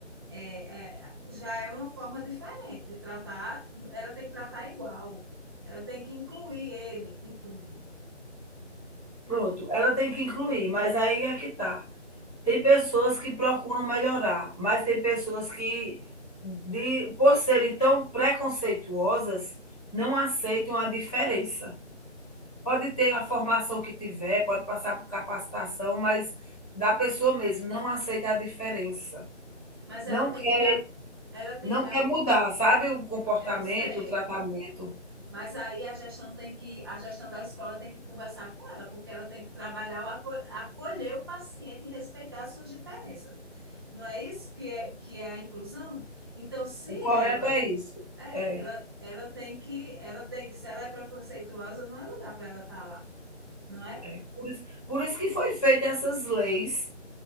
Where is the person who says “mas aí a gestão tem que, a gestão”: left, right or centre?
Right